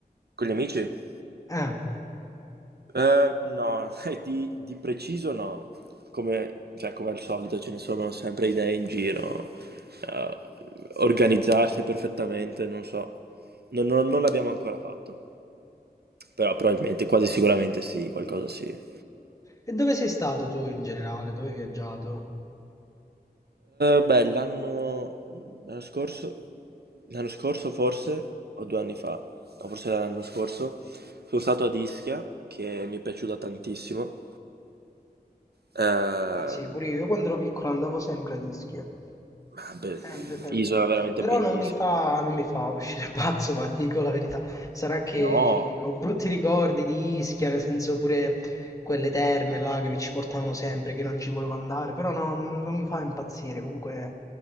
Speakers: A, on the right; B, on the left.
A: con gli amici?
B: Ah,
A: Eh, no, <laughs> di, di preciso no, come, cioè, come al solito ce ne sono sempre idee in giro, Eh, organizzarsi perfettamente, non so, non, non- non l'abbiamo ancora fatto, però probabilmente, quasi sicuramente sì, qualcosa sì. Eh,
B: e dove sei stato tu in generale? Dove hai viaggiato?
A: beh, l'anno l'anno scorso, l'anno scorso forse, o due anni fa, no, forse era l'anno scorso, sono stato ad Ischia, che mi è piaciuta tantissimo. Ehm,
B: Ah sì, pure io. Io quando ero piccolo andavo sempre a Ischia.
A: Ah, be-
B: Sempre, sempre.
A: isola veramente
B: Però
A: bellissima.
B: non mi fa, non mi fa uscire <laughs> pazzo, ma ti dico la verità. Sarà che
A: No,
B: ho brutti ricordi di Ischia, nel senso pure quelle terme là che mi ci portavano sempre, che non ci volevo andare. Però no, non, non mi fa impazzire. Comunque,